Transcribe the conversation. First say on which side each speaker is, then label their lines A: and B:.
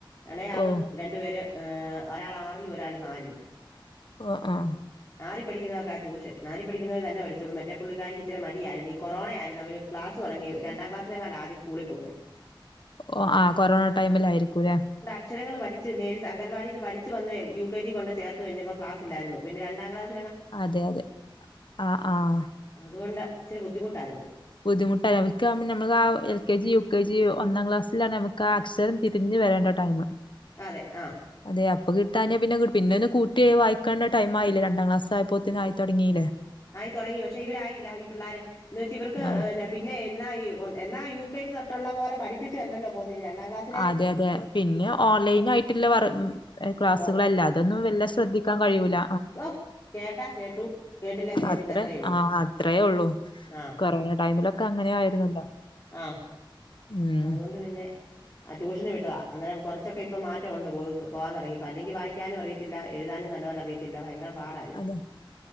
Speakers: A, on the left; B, on the left.
A: എളയാള്
B: ഓ
A: രണ്ടു പേര് ഒരാള് ആറിലും ഒരാള് നാലിലും
B: ഓ ഓ
A: ആറിൽ പഠിക്കുന്നവക്കാ ട്യൂഷൻ നാലിൽ പഠിക്കുന്നത് തന്നെ പഠിച്ചോളും മറ്റേ പുള്ളിക്കാരിക്ക് ഇച്ചിരി മടിയാരുന്നു ഈ കൊറോണ ആയിരുന്നുവര് ക്ലാസ് തുടങ്ങി രണ്ടാംക്ലാസ്സിൽ എങ്ങാണ്ടാ ആദ്യ സ്കൂളിൽ പോകുന്നേ
B: ഓ ആഹ് കൊറോണ ടൈമില് ആയിരിക്കൂല്ലേ
A: അക്ഷരങ്ങള് പഠിച്ച് നേഴ്സ് അംഗൻവാടിന്ന് പഠിച്ച് വന്നേ യു കെ ജി കൊണ്ട് ചേർത്ത് കഴിഞ്ഞപ്പം ക്ലാസ്സില്ലാരുന്നു പിന്നെ രണ്ടാം ക്ലാസ്
B: അതെ അതെ ആഹ് ആഹ്
A: അതുകൊണ്ട് ഇച്ചിരി ബുദ്ധിമുട്ടാരുന്നു
B: ബുദ്ധിമുട്ടല്ല ഞമ്മക്കാവുമ്പോ ഞമ്മൾ ആഹ് L K G U K G ഒന്നാംക്ലാസ്സിലാണ് ഞമുക്കാ അക്ഷരം തിരിഞ്ഞ് വരേണ്ട ടൈമ്
A: അതെ ആഹ്
B: അതെ അപ്പോ കിട്ടാനാ പിന്നെ പിന്നെ ഒന്ന് കൂട്ടി വായിക്കണ്ട ടൈമായില്ല രണ്ടാം ക്ലാസ്സായപ്പോത്തിന് ആയി തൊടങ്ങീല്ലേ
A: ആയി തുടങ്ങി പക്ഷേ ഇവരായില്ല ഈ പിള്ളാര് എന്ന് വെച്ച് ഇവർക്ക്
B: ആഹ്
A: ന്നെ പിന്നെ എന്നാ ഈ ഒ എന്നാ യു കെ ജി തൊട്ടുള്ള പോലെ പഠിപ്പിച്ച് തന്നല്ലോ പോവുന്നേ ഇവര് രണ്ടാം ക്ലാസ്സാ
B: അതെ അതെ പിന്നെ ഓൺലൈൻ ആയിട്ടുള്ള വറ് ക്ലാസ്സുകളല്ല
A: ഓ
B: അതൊന്നും വല്ല ശ്രദ്ധിക്കാൻ കഴിയൂല
A: ദാ കേട്ടാ കേട്ടു കേട്ടില്ല കേട്ടില്ല
B: അത്രേം
A: അത്രേ ഉള്ളൂ
B: ആഹ് അത്രയേ ഒള്ളു
A: ആഹ്
B: കൊറോണ ടൈമിലൊക്കെ അങ്ങനെ ആയിരുന്നല്ലോ
A: ആഹ്
B: ഉം
A: അതുകൊണ്ട് പിന്നെ ആഹ് ട്യൂഷന് വിട്ടതാ അന്നേരം കൊറച്ചൊക്കെ ഇപ്പം മാറ്റം ഒണ്ട് പോവക്ക് പോവാൻ തൊടങ്ങിയപ്പം അല്ലെങ്കി വായിക്കാനും അറിയത്തില്ല എഴുതാനും നല്ലപോലെ അറിയും ത്തില്ല ഭയങ്കര പാടാരുന്നു
B: അതെ